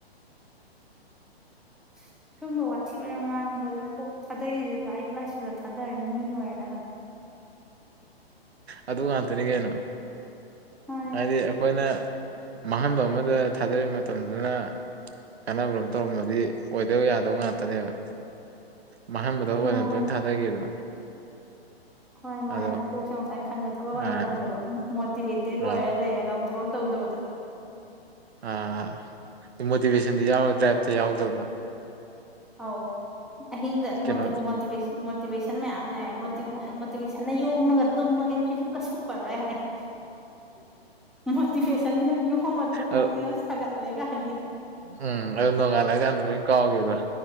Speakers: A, in the centre; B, on the right.
A: <inaudible> ꯁꯨꯝꯕ ꯋꯥꯊꯤ ꯑꯣꯏꯔ ꯉꯥꯡꯕꯗ ꯀꯣꯛ ꯊꯥꯗꯩꯛꯔꯤꯁꯦ ꯂꯥꯏꯔꯤꯛ ꯂꯥꯏꯁꯨꯗ ꯊꯥꯗꯔꯒ ꯃꯤ ꯑꯣꯏꯔꯗꯕ
B: ꯑꯗꯨ ꯉꯥꯛꯇꯅꯤ ꯀꯩꯅꯣ
A: ꯃꯥꯅꯦ
B: ꯍꯥꯏꯗꯤ ꯑꯩꯈꯣꯏꯅ ꯃꯥꯡꯍꯟꯕ ꯑꯃꯗ ꯊꯥꯗꯔꯤꯕ ꯃꯇꯝꯗꯨꯅ ꯀꯥꯟꯅꯕ꯭ꯔ ꯑꯃ ꯇꯧꯔꯝꯃꯗꯤ ꯑꯣꯏꯗꯧ ꯌꯥꯗꯧ ꯉꯥꯛꯇꯅꯦꯕ ꯃꯥꯡꯟꯕꯗ ꯑꯣꯏꯅ
A: ꯃꯥꯅꯦ
B: ꯂꯣꯏꯅ ꯊꯥꯗꯈꯤꯕꯗꯣ
A: ꯍꯣꯏ ꯃꯥꯅꯦꯅ
B: ꯑꯗꯣ
A: ꯀꯣꯛꯁꯦ ꯉꯁꯥꯏꯅ ꯈꯟꯕ ꯊꯕꯛ ꯑꯣꯏꯅ
B: ꯑꯥ
A: ꯇꯧꯗꯕ ꯑꯃ ꯃꯣꯇꯤꯚꯦꯇꯦꯠ ꯑꯣꯏꯔ
B: ꯑꯧ
A: ꯂꯩꯔꯒ ꯑꯃꯨꯛ ꯊꯕꯛ ꯇꯧꯗꯕꯗꯣ
B: ꯑꯥ ꯃꯣꯇꯤꯚꯦꯁꯟꯗꯤ ꯌꯥꯎꯔ ꯗ꯭ꯔꯥꯏꯕꯇꯤ ꯌꯥꯎꯗꯕꯗꯣ
A: ꯑꯥꯎ ꯑꯍꯤꯡ
B: ꯀꯩꯅꯣ
A: ꯃꯣꯇꯤꯕ ꯃꯣꯇꯚꯦꯁꯟ ꯃꯣꯇꯤꯚꯦꯁꯟ ꯃꯌꯥꯝ ꯂꯩ ꯃꯣꯇꯤꯚꯦꯁꯟꯅ ꯌꯣꯝꯃꯒ ꯇꯨꯝꯃꯒ ꯐꯩꯖꯨꯞ ꯀꯩꯁꯨ ꯁꯨꯞꯄꯔꯣꯏ ꯍꯥꯏ <inaudible> ꯃꯣꯇꯤꯚꯦꯁꯟ ꯌꯣꯝ ꯃꯒ ꯇꯨꯝꯃꯥꯕꯅꯤꯅꯥ
B: ꯑ
A: ꯁꯒꯠꯂꯦ ꯀꯥꯏ
B: ꯎꯝ ꯑ ꯑꯗꯨ ꯇꯣꯡꯉꯜꯂ ꯀꯥꯎꯕ